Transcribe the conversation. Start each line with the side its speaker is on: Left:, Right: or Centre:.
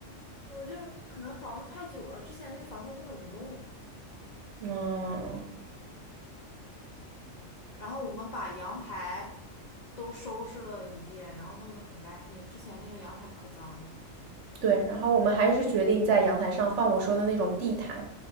Left: 我就可能房子太久了，之前那个房东根本不弄的。
Right: 嗯，
Left: 然后我们把阳台都收拾了一遍，然后弄得很干净。之前那个阳台可脏了。
Right: 对。然后我们还是决定在阳台上放我说的那种地毯，